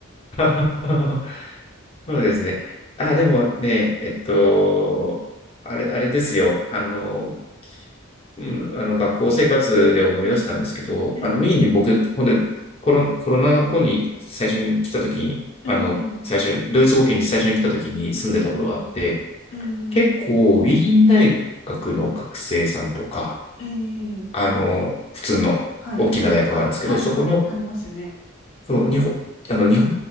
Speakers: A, on the left (about 30°); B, on the left (about 85°).
A: <laughs> そうですね。あ、でもね、えっと、あれ、あれですよ。あの、うん、あの学校生活で思い出したんですけど、
B: うんうんうん
A: あのウィーンに僕、ほんでコロ、コロナ後に最初に来た時に、
B: うん
A: あの、最初に、ドイツ語圏に最初に来た時に住んでたことがあって、
B: うんうん
A: 結構ウィーン大学の学生さんとか、
B: うん
A: あの、普通の大きな大学があるんですけど、
B: はいはい。あ、はいはい。
A: そこの、
B: ありますよね。
A: そう日本、あの、日本